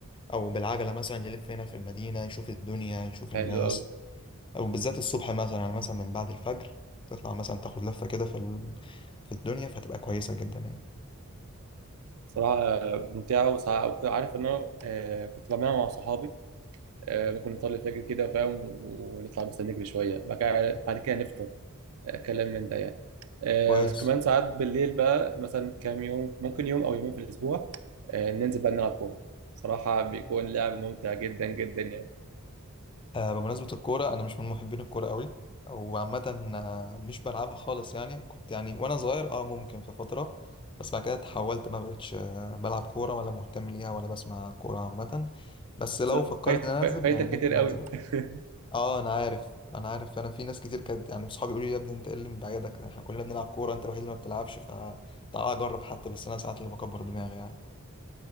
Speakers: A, on the left (about 20°); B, on the right (about 75°).
A: او بالعجلة مثلا يلف هنا في المدينة يشوف الدنيا يشوف الناس
B: حلو قوي
A: او بالذات الصبح مثلا يعني مثلا من بعد الفجر تطلع مثلا تاخد لفة كده في ال... في الدنيا فتبقى كويسة جدا يعني
B: صراحة ممتعة وساعة وكنت عارف ان انا آه كنت بعملها مع صحابي آه ممكن نطلع الفجر كده فاهم ونطلع مثلا نجري شوية بعد كده بعد كده نفطر آه كلام من ده يعني آه
A: كويس
B: بس كمان ساعات بالليل بقى مثلا كام يوم ممكن يوم او يومين في الاسبوع آه ننزل بقى نلعب كورة صراحة بيكون لعب ممتع جدا جدا يعني
A: آه بمناسبة الكورة أنا مش من محبين الكورة قوي أو عامة آه، مش بلعبها خالص يعني كنت يعني وأنا صغير أه ممكن في فترة بس بعد كده اتحولت ما بقتش آه، بلعب كورة ولا مهتم ليها ولا بسمع كورة عامة بس لو
B: ز-
A: فكرت
B: فايت...
A: إن أنا أنزل
B: فايتك
A: يعني ممكن
B: كتير قوي
A: أنزل
B: <laughs>
A: أه أنا عارف أنا عارف أنا في ناس كتير كانت يعني صحابي يقولوا لي يا ابني أنت إيه اللي مبعدك إحنا كلنا بنلعب كورة أنت الوحيد اللي ما بتلعبش فتعال أجرب حتى بس أنا ساعات اللي بكبر دماغي يعني